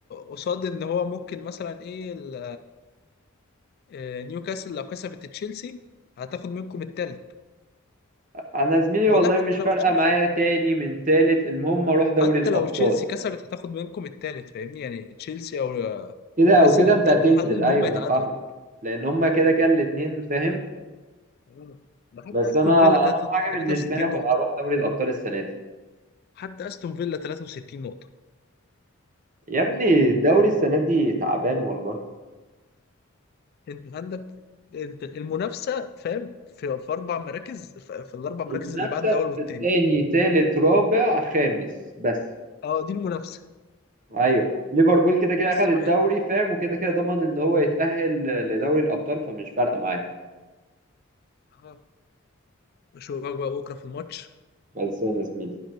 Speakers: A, on the left; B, on the right.
A: قصاد ان هو ممكن مثلا ايه ال- آه، نيوكاسل لو كسبت تشيلسي هتاخد منكم الثالث
B: انا زميلي
A: والله
B: والله
A: حتى
B: مش
A: لو
B: فارقه
A: تشيلسي
B: معايا تاني من تالت المهم اروح دوري
A: حتى
B: الابطال
A: لو تشيلسي كسبت هتاخد منكم التالت فاهمني يعني تشيلسي او
B: كده
A: نيوكاسل
B: او كده
A: انت
B: انت هتنزل
A: الحل ان
B: ايوه
A: هم يتعادلوا
B: انا فاهمك لان هما كده كده الاتنين فاهم
A: آه. ده حتى
B: بس
A: استون
B: انا
A: فيلا تلاتة-
B: اهم حاجه بالنسبه
A: 63
B: لي آخد-
A: نقطة
B: اروح دوري الابطال السنه دي
A: حتى استون فيلا 63 نقطة
B: يا ابني الدوري السنه دي تعبان والله
A: انت عندك انت المنافسة فاهم في, في اربع مراكز في, في الاربع مراكز
B: المنافسه
A: اللي بعد الاول والتاني
B: في الثاني ثالث رابع خامس بس
A: اه دي المنافسة
B: ايوه ليفربول كده كده
A: لسه
B: اخد الدوري
A: واحد
B: فاهم وكده كده ضمن ان هو يتاهل لدوري الابطال فمش فارقه معاه
A: اه اشوفك بقى بكرة في الماتش
B: خلصانه يا زميلي